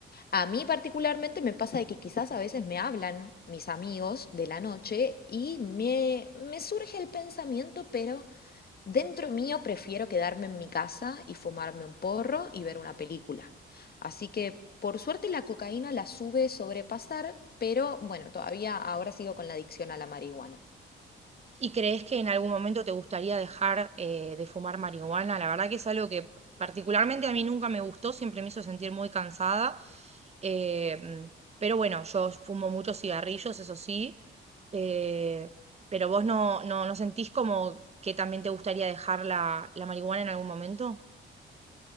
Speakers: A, on the left; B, on the right.
A: A mí particularmente me pasa de que quizás a veces me hablan mis amigos de la noche y me, me surge el pensamiento, pero... Dentro mío prefiero quedarme en mi casa y fumarme un porro y ver una película. Así que por suerte la cocaína la sube sobrepasar, pero bueno, todavía ahora sigo con la adicción a la marihuana.
B: ¿Y crees que en algún momento te gustaría dejar eh, de fumar marihuana? La verdad que es algo que particularmente a mí nunca me gustó, siempre me hizo sentir muy cansada. eh, mm, pero bueno, yo fumo muchos cigarrillos, eso sí. eh, pero vos no, no, no sentís como que también te gustaría dejar la, la marihuana en algún momento?